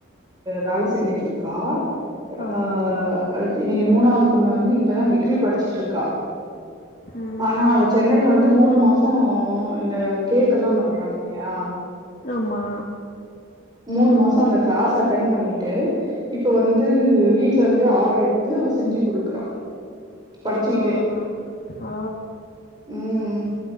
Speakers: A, on the right; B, on the left.
A: வேல செஞ்சுட்ருக்கா ஆ
B: ஓ
A: அட்தினி மூணாவ்து பொண்ணு வந்து இப்பதா டிகிரி படிச்சுட்ருக்கா
B: ம்
A: ஆனா அவ சென்னையில வந்து மூணு மாசோ இந்த கேக்கெல்லா பண்றாங் இல்லியா
B: ஆமா
A: மூணு மாச அந்த கிளாஸ் அட்டென் பண்ணிட்டு இப்ப வந்து வீட்ல இருந்து ஆர்டர் எடுத்து அவ செஞ்சு கொடுக்குறா படிச்சுக்கிட்டே
B: ஆ ஆ
A: ம்